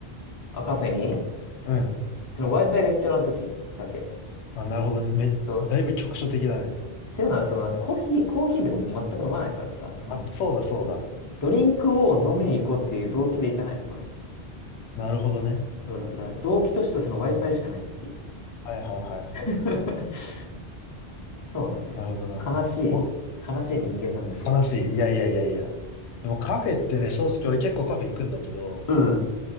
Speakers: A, on the left; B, on the left.
A: あ、カフェに
B: うん。
A: その Wi-Fi が必要な時だけ。
B: あ、なるほどね。め、
A: そう。
B: だいぶ局所的だね。
A: っていうのは、そのコーヒー、コーヒーとか僕全く飲まないからさ、その、
B: あ、そうだそうだ。
A: ドリンクを飲みに行こうっていう動機で行かないの、まず。
B: なるほどね。
A: そうだから、動機としてはその Wi-Fi しかないっていう。
B: はいはいはいはい。
A: <laughs> そうなんだよね。
B: なるほどなるほど。
A: 悲しい、悲しい人間なんですわ。
B: 悲しい。いやいやいやいや。でもカフェってね、正直俺結構カフェ行くんだけど、
A: うん。